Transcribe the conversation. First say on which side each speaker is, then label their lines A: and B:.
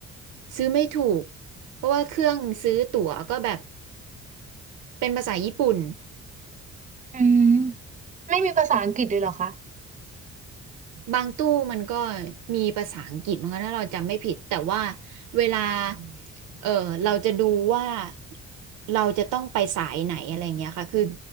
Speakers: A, on the right; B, on the right.
A: ซื้อไม่ถูกเพราะว่าเครื่องซื้อตั๋วก็แบบเป็นภาษาญี่ปุ่น
B: อืมไม่มีภาษาอังกฤษเลยเหรอคะ
A: บางตู้มันก็มีภาษาอังกฤษมั้งคะถ้าเราจำไม่ผิดแต่ว่าเวลาเออเราจะดูว่าเราจะต้องไปสายไหนอะไรเงี้ยค่ะคือ